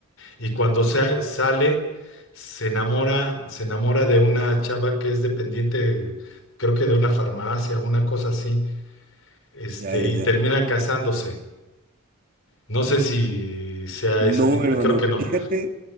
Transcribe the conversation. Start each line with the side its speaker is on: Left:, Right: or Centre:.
Left: y cuando sa- sale se enamora, se enamora de una chava que es dependiente, creo que de una farmacia, una cosa así, este,
Right: Ya, ya,
Left: y
Right: ya.
Left: terminan casándose. No sé si sea
Right: No,
Left: esa misma,
Right: hermano,
Left: creo que no.
Right: fíjate,